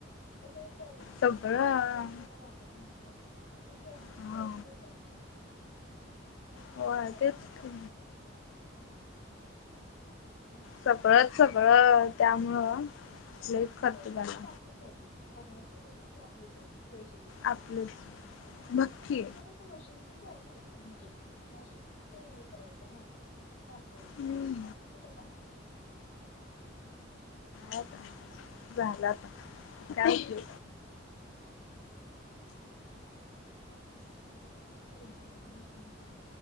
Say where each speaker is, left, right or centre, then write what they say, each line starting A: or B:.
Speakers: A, on the left; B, on the left.
A: इ तर कॉलेजिक
B: सगळं
A: असेल तर काही वाटत नाही ग. तसे जर्नल
B: हा
A: चे पैसे घेतले तस नाहीनी त प्रिंट
B: होय
A: काढायला
B: तेच
A: का प्रॉब्लेम
B: की
A: आहे. म्हणजे
B: सगळच
A: असं
B: सगळं त्यामुळं.
A: आणि
B: लईच खर्च
A: पेजेस
B: झाला.
A: तर आपले. जल पजस आप पै देऊन
B: आपलंच
A: मग
B: बघ की
A: तुमच फक्त. फक्त मशीनचच म्हणजे मशीन फक्त हे करायचं आहे ना. वापरा्याच्या
B: हम्म
A: मस्ू कुठं का.
B: हो का झालंता थँक यू.
A: ह. आपण घ्यावं टेन म्हणजे नाही काश.